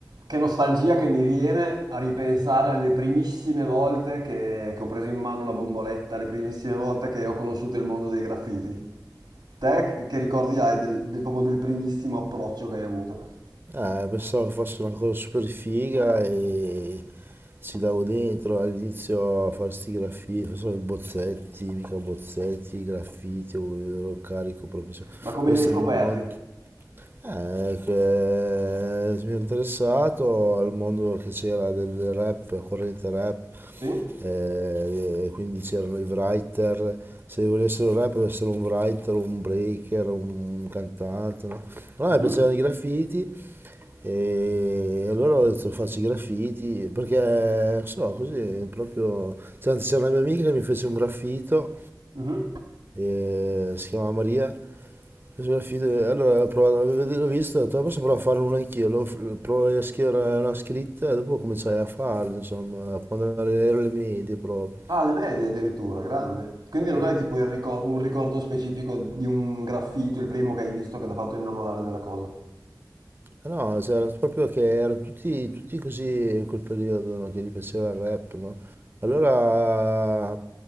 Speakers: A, on the right; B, on the right.
A: Che nostalgia che mi viene a ripensare alle primissime volte che, che ho preso in mano una bomboletta, le primissime volte che ho conosciuto il mondo dei graffiti. Te che ricordi hai del, del- proprio del primissimo approccio che hai avuto?
B: Eh, pensavo che fosse una cosa super figa e ci davo dentro all'inizio a fare sti graffiti, facevo i bozzetti, mica bozzetti, i graffiti, ero carico proprio. su-
A: Ma come
B: Questo
A: li hai scoperti?
B: è il mio modo. Eh, che mi ero interessato al mondo che c'era del, del rap, corrente rap,
A: Sì?
B: eh, e quindi c'erano i writer, se volessero rap doveva essere un writer, un breaker, un cantante, no? Allora
A: Mhm,
B: mi piacevano i graffiti e allora ho detto faccio i graffiti, perché non so, così proprio... cioè, anzi, c'era una mia amica che mi fece un graffito,
A: mhm.
B: eh, si chiamava Maria, sulla fit- Allora ho provato, l'ho visto, ho detto, "Ah, posso provare a farlo uno anch'io, lo, provo a scrivere una scritta e dopo cominciai a farlo, insomma, quando ero alle medie proprio.
A: Ah, alle medie addirittura, grande. Quindi
B: Cioè,
A: non hai tipo il ricor- un ricordo specifico di un graffito, il primo che hai visto che ti ha fatto innamorare della cosa.
B: no, c'era proprio che erano tutti, tutti così in quel periodo, no, che gli piaceva il rap, no? Allora,